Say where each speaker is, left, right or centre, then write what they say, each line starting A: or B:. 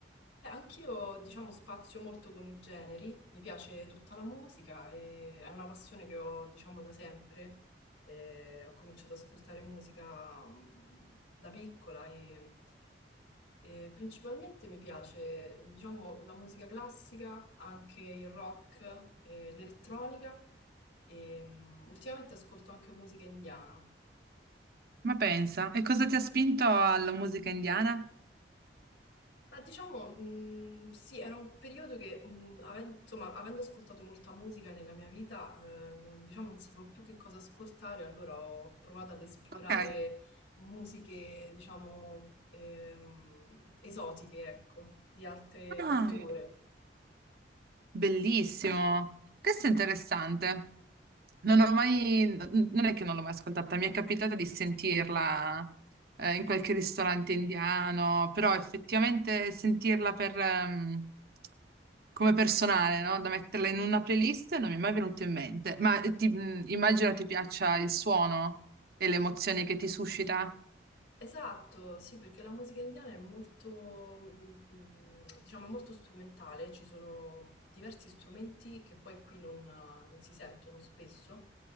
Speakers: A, on the left (about 85°); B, on the right (about 55°).
A: Beh, anch'io, diciamo, spazio molto con i generi, mi piace tutta la musica e è una passione che ho, diciamo, da sempre. Eh, ho cominciato ad ascoltare musica mm, da piccola e, e principalmente mi piace, diciamo, la musica classica, anche il rock, eh, l'elettronica e mm, ultimamente ascolto anche musica indiana.
B: Ma pensa, e cosa ti ha spinto alla musica indiana?
A: Ma diciamo, mh, sì, era un periodo che, mh, aven- insomma, avendo ascoltato molta musica nella mia vita, eh, non, diciamo, non sapevo più che cosa ascoltare, allora ho provato ad esplorare
B: Ok,
A: musiche, diciamo, ehm, esotiche, ecco, di altre
B: ah,
A: culture.
B: bellissimo. Questo è interessante. Non ho mai, n- non è che non l'ho mai ascoltata, mi è capitata di sentirla eh, in qualche ristorante indiano, però effettivamente sentirla per, ehm, come personale, no? Da metterla in una playlist non mi è mai venuto in mente. Ma eh, ti- mh, immagino ti piaccia il suono e le emozioni che ti suscita.
A: Esatto, sì, perché la musica indiana è molto, mm, mm, diciamo, è molto strumentale, ci sono diversi strumenti che poi qui non, non si sentono spesso,